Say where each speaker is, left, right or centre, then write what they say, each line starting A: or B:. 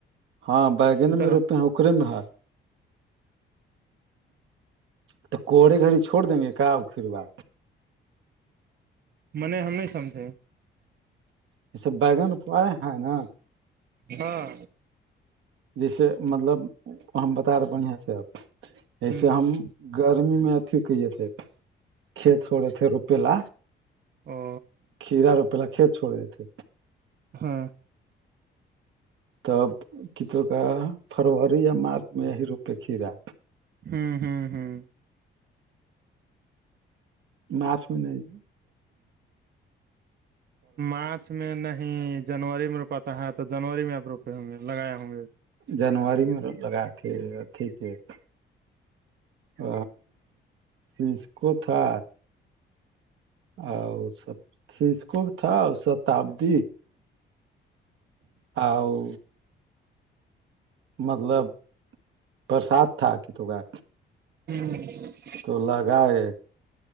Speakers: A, on the right; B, on the right.
A: ہاں بیگن
B: کرا
A: میں روپے ہیں اکرے میں ہے تو کوڑے گھڑی چھوڑ دیں گے کاؤ پھروا
B: م نے ہم نہیں سمجھے
A: ایس بگن پڑے ہے نا
B: ہاں
A: جیسے مطلب ہم بتا رہے بڑھیا سے آپ جسے
B: ہ
A: ہم گرمی میں اھی کہئیے سےب کھیت چھوڑے تھے روپے ل
B: او
A: کھیرا روپی ل کھیت چھوڑ دی تھے
B: ہاں
A: تب کت کا فروری یا مارچ میں یہ روپے کھی را
B: ہوں ہوں ہوں
A: ناچ ہوئی ن ج
B: مارچ میں نہیں جنوری میں روپاتا ہے تو جنوری میں آپ روپے ہوں گے لگائے ہوں گے
A: جنوری میں لگا کے اھی پ ہ چیس ک تھا ا سب سیسک تھا شتابدی آؤ مطلب برسات تھا کتوں کا
B: ہوں
A: تو لگاائے